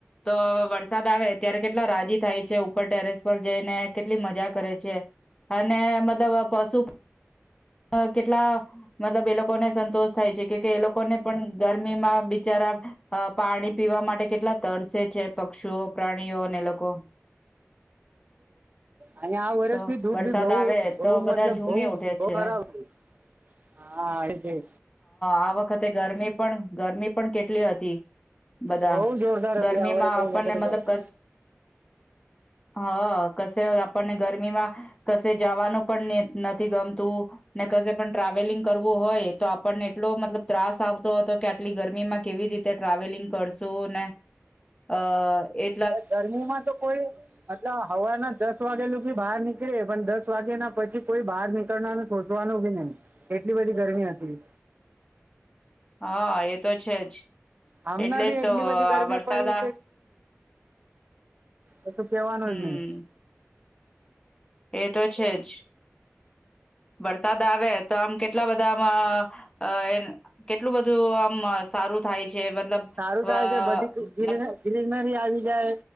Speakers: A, on the left (about 20°); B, on the right (about 35°).
A: તો વરસાદ આવે ત્યારે કેટલા રાજી થાય છે ઉપર ટેરેસ પર. જઈને કેટલી મજા કરે છે, અને મતલબ આ પશુ. અ કેટલા મતલબ એ લોકોને સંતોષ થાય છે, ક-કે એ લોકોને પણ ગરમીમાં બિચારા પાણી પીવા માટે કેટલા તરસે છે, પક્ષુઓ પ્રાણીઓ ને લોકો.
B: અને આ વરષની
A: તો
B: ધૂપ
A: વરસાદ
B: બી બઉ,
A: આવે
B: બઉ
A: તો
B: મતલબ,
A: બધા ઝૂમી ઉઠે
B: બઉ
A: છે
B: ખરાબ.
A: હા,
B: હતી. હા એ
A: આ વખતે ગરમી પણ ગરમી પણ કેટલી હતી. બધા
B: બહુ જોરદાર
A: ગરમીમાં
B: હતી આ વર્ષે
A: આપણને
B: વખતે
A: મતલબ
B: ગરમી
A: બસ. હ, કશે આપણને ગરમીમાં, કશે જવાનું પણ ની નથી ગમતું. ને કસે પણ ટ્રાવેલિંગ કરવું હોય, તો આપણને એટલો મતલબ ત્રાસ આવતો હતો, કે આટલી ગરમીમાં કેવી રીતે ટ્રાવેલિંગ કરશું, ને અ એ
B: ગરમીમાં તો, કોઈ મતલબ હવાર ના દસ વાગે લધી બહાર નીકળે પણ, દસ વાગે ના પછી કોઈ બહાર નીકળનાનું સોચવાનું, બી નઈ એટલી બધી ગરમી હતી.
A: હા, એ તો છે જ.
B: હમણા
A: એટલે
B: બી
A: જ
B: એટલી
A: તો
B: બધી ગરમી
A: વરસાદ
B: પડી
A: આ
B: છે, એ તો કેવાનું
A: હમ
B: જ નઈ.
A: એ તો છેજ, વરસાદ આવે તો આમ કેટલા બધામાં અ કેટલું, બધું આમ સારું થાય. છે મતલબ
B: સારું થાય
A: અ
B: છે, બધી
A: મત
B: <unintelligible> આવી જાય